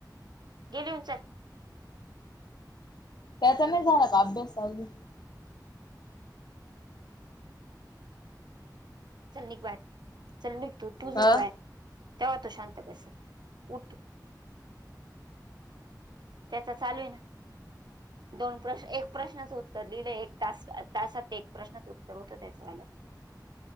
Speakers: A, on the right (about 75°); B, on the left (about 70°).
A: घे लिहून चल.
B: त्याचा नाही झाला का अभ्यास अजून
A: चल निघ बाहेर चल निघ तू तू
B: अ
A: निघ बाहेर
B: हा
A: तेव्हा तो शांत बसलं उठ. त्याचा चालू आहे ना. दोन प्रश्न एक प्रश्नाचं उत्तर लिहिलं एक तास तासात एक प्रश्नचं उत्तर होतं त्याच्यवाल